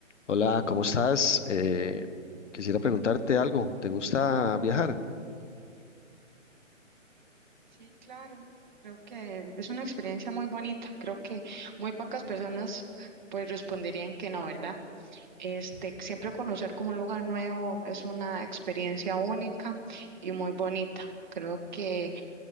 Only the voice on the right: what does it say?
Sí, claro. Creo que es una experiencia muy bonita. Creo que muy pocas personas pues responderían que no, ¿verdad? Este, siempre conocer como un lugar nuevo es una experiencia única y muy bonita. Creo que